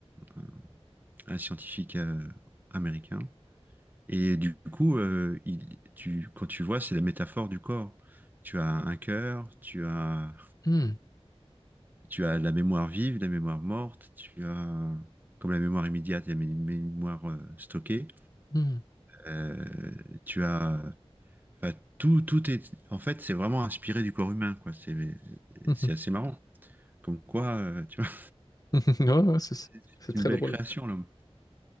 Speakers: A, on the right (about 15°); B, on the left (about 35°).
A: un- un scientifique euh, américain. Et du coup, euh, il, tu, quand tu vois, c'est la métaphore du corps. Tu as un cœur, tu as,
B: Hmm,
A: tu as la mémoire vive, la mémoire morte, tu as, comme la mémoire immédiate et la mé- mémoire euh, stockée,
B: hmm.
A: Euh, tu as, enfin, tout, tout est, en fait, c'est vraiment inspiré du corps humain, quoi. C'est,
B: hmm, hmm.
A: c'est assez marrant. Comme quoi, euh, tu vois,
B: <laughs> Ouais, ouais, c'est
A: <laughs> c'est c'est
B: c'est très
A: une belle
B: drôle.
A: création, l'homme.